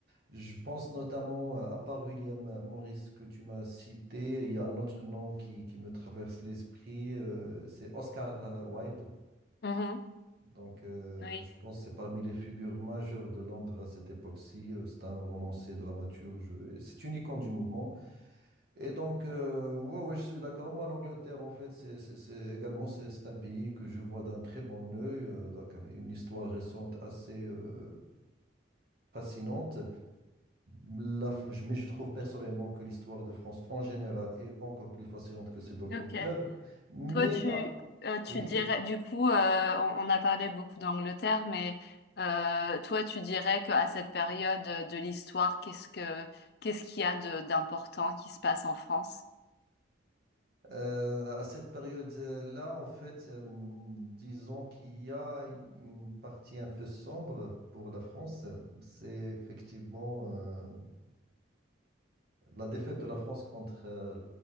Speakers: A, on the right (about 50°); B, on the left (about 55°).
A: Je pense notamment, euh, à part William Morris que tu m'as cité, il y a un autre nom qui, qui me traverse l'esprit, euh, c'est Oscar euh, Wilde.
B: Mhm.
A: Donc, euh,
B: Oui,
A: je pense que c'est parmi les figures majeures de Londres à cette époque-ci. Euh, C'est un romancier, dramaturge, et c'est une icône du mouvement. Et donc, euh, ouais, ouais, je suis d'accord. Moi, l'Angleterre, en fait, c'est c'est- c'est également c'est c'est un pays que je vois d'un très bon œil, euh, donc avec une histoire récente assez euh, fascinante. La F- je- mais je trouve personnellement que l'histoire de France en général est encore plus fascinante que celle d'Angleterre.
B: ok.
A: Mais
B: Toi, tu,
A: à-
B: euh, tu
A: oui,
B: dirais, du coup, euh, on, on a parlé beaucoup d'Angleterre, mais euh, toi, tu dirais qu'à cette période de l'histoire, qu'est-ce que, qu'est-ce qu'il y a de, d'important qui se passe en France?
A: euh, à cette période-là, en fait, euh, disons qu'il y a une une partie un peu sombre pour la France. C'est effectivement euh, la défaite de la France contre euh,